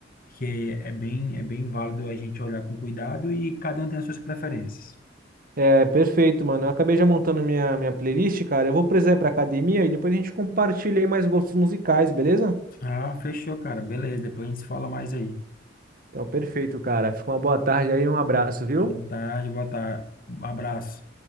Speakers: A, on the left; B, on the right.
A: que é bem, é bem válido a gente olhar com cuidado e cada um tem as suas preferências.
B: É, perfeito, mano. Eu acabei já montando minha, minha playlist, cara. Eu vou precisar ir pra academia e depois a gente compartilha aí mais gostos musicais, beleza?
A: Ah, fechou, cara. Beleza. Depois a gente se fala mais aí.
B: Então, perfeito, cara. Fica uma boa tarde aí, e um abraço, viu?
A: Boa tarde, boa tarde. Abraço.